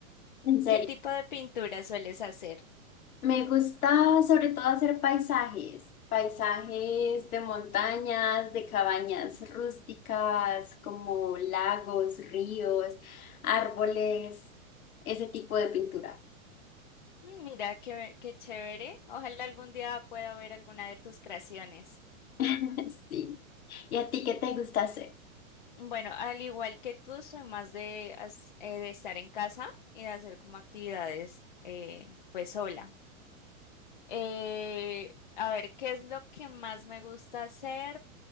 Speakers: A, on the left; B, on the left.
A: ¿En serio?
B: ¿Qué tipo de pintura sueles hacer?
A: Me gusta sobre todo hacer paisajes, paisajes de montañas, de cabañas rústicas, como lagos, ríos, árboles, ese tipo de pintura.
B: Mm, Mira, qué, qué chévere. Ojalá algún día pueda ver alguna de tus creaciones.
A: <laughs> Sí. ¿Y a ti qué te gusta hacer?
B: Bueno, al igual que tú, soy más de, as- eh, de estar en casa y de hacer como actividades, eh, pues sola. Eh, a ver, ¿qué es lo que más me gusta hacer?